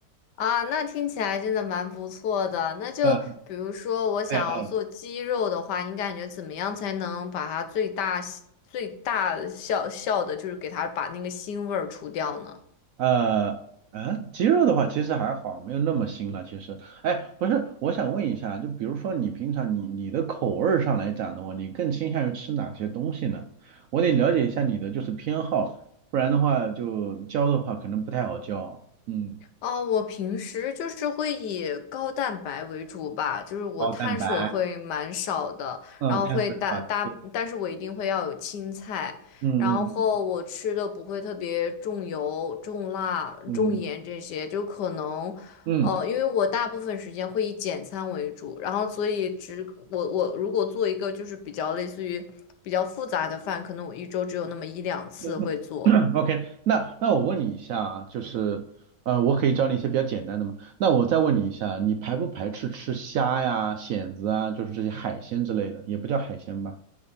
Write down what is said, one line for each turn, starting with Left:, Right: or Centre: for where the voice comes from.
Left: 啊，那听起来真的蛮不错的。那就比如说，
Right: <laughs> 嗯，
Left: 我想要做鸡肉的话，
Right: 哎。
Left: 你感觉怎么样才能把它最大最大效效的，就是给它把那个腥味儿除掉呢？
Right: 呃，嗯，鸡肉的话其实还好，没有那么腥了。其实，哎，不是，我想问一下，就比如说你平常你你的口味儿上来讲的话，你更倾向于吃哪些东西呢？我得了解一下你的就是偏好，不然的话就教的话可能不太好教。嗯，
Left: 哦，我平时就是会以高蛋白为主吧，就是我碳水会蛮少的，
Right: 高蛋白，嗯，
Left: 然后会大大，
Right: 碳水少吃，
Left: 但是我一定会要有青菜，
Right: 嗯嗯
Left: 然后我吃的不会特别重油、重辣、
Right: 嗯
Left: 重盐这些，就可能，
Right: 嗯嗯
Left: 呃，因为我大部分时间会以简餐为主，然后所以只我我如果做一个就是比较类似于比较复杂的饭，可能我一周只有那么一两次会做。
Right: 嗯。OK，那那我问你一下啊，就是，呃，我可以教你一些比较简单的吗？那我再问你一下，你排不排斥吃虾呀、蚬子啊，就是这些海鲜之类的，也不叫海鲜吧？